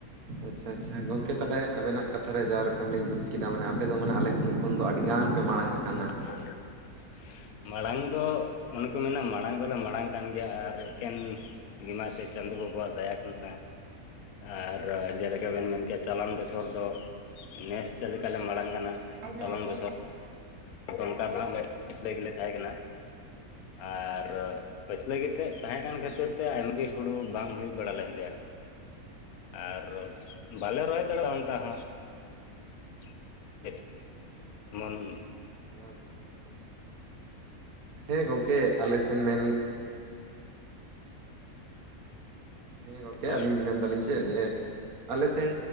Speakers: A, on the right (about 75°); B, on the left (about 80°).
A: ᱟᱪᱪᱷᱟ ᱟᱪᱪᱷᱟ ᱜᱚᱝᱠᱮ ᱛᱟᱦᱞᱮ ᱟᱵᱮᱱᱟᱜ ᱠᱟᱛᱷᱟ ᱨᱮ ᱡᱟ ᱨᱚᱠᱚᱢ ᱞᱤᱧ ᱵᱩᱡ ᱠᱮᱫᱟ ᱢᱟᱱᱮ ᱟᱯᱮ ᱫᱚ ᱢᱟᱱᱮ ᱟᱞᱮ ᱠᱷᱚᱱ ᱟᱞᱮ ᱠᱷᱚᱱ ᱫᱚ ᱟᱹᱰᱤ ᱜᱟᱱ ᱯᱮ ᱢᱟᱲᱟᱝ ᱟᱠᱟᱱᱟ᱾
B: ᱛ <unintelligible> ᱢᱟᱲᱟᱝ ᱫᱚ ᱚᱱᱮ ᱠᱚ ᱢᱮᱱᱟ ᱢᱟᱲᱟᱝ ᱫᱚᱞᱮ ᱢᱟᱲᱟᱝ ᱠᱟᱱ ᱜᱮᱭᱟ ᱟᱨ ᱮᱠᱮᱱ ᱜᱤᱢᱟᱛᱮ ᱪᱟᱸᱫᱩ ᱵᱟᱵᱟᱣᱟᱜ ᱫᱟᱭᱟ ᱠᱟᱱᱟ᱾ ᱟᱨ ᱡᱮᱞᱮᱠᱟ ᱵᱮᱱ ᱢᱮᱱ ᱠᱮᱜ-ᱟ ᱪᱟᱞᱟᱣᱮᱱ ᱵᱚᱪᱷᱚᱨ ᱫᱚ ᱱᱮᱥ ᱪᱮᱫ ᱞᱮᱠᱟᱞᱮ ᱢᱟᱲᱟᱝ ᱠᱟᱱᱟ
A: ᱯ
B: ᱪᱟᱞᱟᱣᱮᱱ
A: ᱛ
B: ᱵᱚᱪᱷᱚᱨ
A: <unintelligible>
B: ᱚᱱᱠᱟ ᱫᱚ ᱦᱟᱜ <unintelligible> ᱯᱤᱪᱷᱞᱟᱹ ᱜᱮᱞᱮ ᱛᱟᱦᱮᱸ ᱠᱟᱱᱟ ᱟᱨ ᱯᱟᱹᱪᱞᱟᱹ ᱜᱮᱛᱮᱫ ᱛᱟᱦᱮᱸ ᱠᱟᱱ ᱠᱷᱟᱹᱛᱤᱨ ᱛᱮ ᱟᱭᱜᱤ ᱦᱩᱲᱩ ᱵᱟᱝ ᱦᱩᱭ ᱵᱟᱲᱟ ᱞᱮᱱ ᱛᱟᱭᱟ᱾ ᱟᱨ ᱵᱟᱞᱮ ᱨᱚᱦᱚᱭ ᱫᱟᱲᱮᱭᱟᱜᱼᱟ ᱚᱱᱠᱟ ᱦᱚᱸ᱾ <inaudible> ᱟᱪᱪᱷᱟ᱾ ᱮᱢᱚᱱ
A: ᱟᱪᱪᱷᱟ ᱟᱪᱪᱷᱟ᱾ ᱦᱮᱸ ᱜᱚᱢᱠᱮ ᱟᱞᱮ ᱥᱮᱱ ᱢᱮᱱ ᱦᱮᱸ ᱜᱚᱢᱠᱮ
B: ᱦᱳᱭ
A: ᱟᱹᱞᱤᱧ ᱢᱮᱱ ᱫᱟᱞᱤᱧ ᱪᱮᱫ ᱟᱞᱮ ᱥᱮᱱ